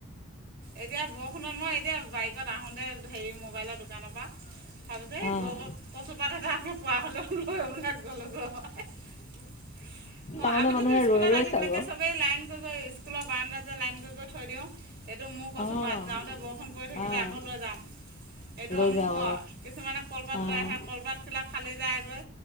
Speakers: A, on the right; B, on the left.
A: এতিয়া বৰষুণত মই এতিয়া বাইকত আহোতে হেৰি মই মোবাইলৰ দোকানৰ পৰা তাৰ পিছত এই
B: অ',
A: বৰ কচুপাট এটা পোৱা হ'লেও লয়পেলায়। গলোঁ গৈ হয়।
B: টাউনৰ
A: অ' আগতেতো
B: মানুহে
A: স্কুলত
B: ৰৈ ৰৈ
A: আহি
B: চাব
A: পেলাই চবেই লাইন কৈ কৈ স্কুলত বাৰাণ্ডাত যে লাইন কৰি কৰি থৈ দিওঁ। এইটো মোৰ কচো
B: অ',
A: পাত, যাওঁতে বৰষুণ পৰি থাকিলে
B: অ',
A: আকৌ লৈ যাম। এইটো
B: লৈ
A: অমুক
B: যাওঁ
A: অ' কিছুমানে কলপাত
B: অ',
A: লৈ আহে কলপাত খিলা ফালি যায়গৈ।